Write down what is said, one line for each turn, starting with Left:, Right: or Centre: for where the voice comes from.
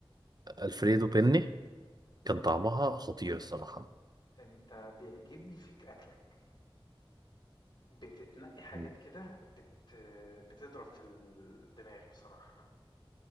Right: الفريدو بيني كان طعمها خطير الصراحه
Left: انت بيعجبني فيك اكلك بتتنقي حاجات
Right: مم.
Left: كده بت... بتضرب في الدماغ بصراحة